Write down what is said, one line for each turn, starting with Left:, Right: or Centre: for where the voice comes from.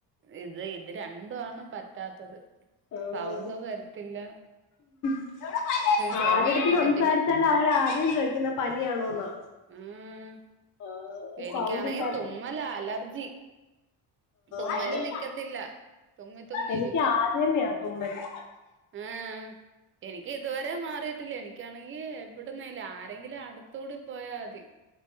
Right: ഇത് ഇത് രണ്ടു ആണ് പറ്റാത്തത്.
Left: ആഹ്
Right: സൗണ്ട് വരത്തില്ല.
Left: <inaudible>
Right: ചുമയും
Left: ആരെടുത്ത്
Right: നിക്കത്തില്ല
Left: സംസാരിച്ചാലും അവരാദ്യം ചോയ്ക്കുന്നെ പനിയാണോന്നാ?
Right: ഉംഹ്
Left: ആഹ്
Right: എനിക്കാണെ
Left: സൗണ്ട് ഇല്ലാത്ത
Right: തുമ്മലാ അലർജി. തുമ്മല്
Left: ആഹ്
Right: നിക്കത്തില്ല തുമ്മി തുമ്മി
Left: എനിക്കാദ്യമെയാ
Right: ഇരിക്കും
Left: തുമ്മല്.
Right: ആഹ് എനിക്ക് ഇതുവരെ മാറിയിട്ടില്ല എനിക്കാണെങ്കി എവ്ടെന്നേലും ആര് ത്തെങ്കിലും അടുത്തൂടി പോയാമതി.